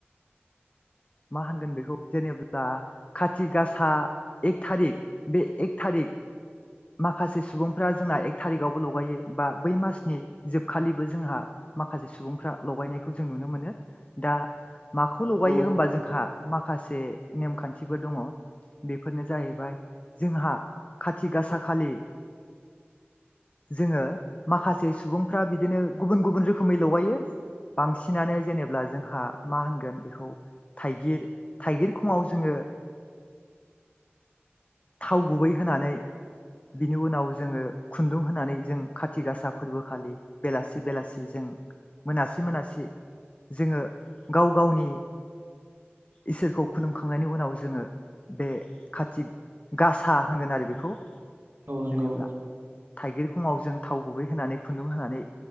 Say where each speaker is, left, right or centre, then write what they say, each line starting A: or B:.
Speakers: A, on the left; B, on the right.
A: मा होनगोन बेखौ जेनेब्ला खाथि गासा एक थारिख, बे एक थारिख माखासे सुबुंफ्रा जोंना एक थारिकावबो लगायो बा बै मासनि जोबखालिबो जोंहा माखासे सुबुंफ्रा लगायनायखौ जों नुनो मोनो दा माखौ लगायो
B: औ
A: होमबा जोंहा माखासे नेमखान्थिबो दङ, बेफोरनो जाहैबाय जोंहा खाथि गासा खालि जोङो माखासे सुबुंफ्रा बिदिनो गुबुन गुबुन रोखोमै लगायो बांसिनानो जेनेब्ला जोंहा मा होनगोन बेखौ थाइगिर थाइगिर खङाव जोङो थाव गुबै होनानै बिनि उनाव जोङो खुन्दुं होनानै जों खाथि गासा फोरबो खालि बेलासि बेलासि जों मोनासि मोनासि जोङो गाव गावनि इसोरखौ खुलुमखांनायनि उनाव जोङो बे काति गासा होनगोन आरो बेखौ
B: औ नंगौ
A: जेनेब्ला थाइगिर खङाव जों थाव गुबै होनानै, खुन्दुं होनानै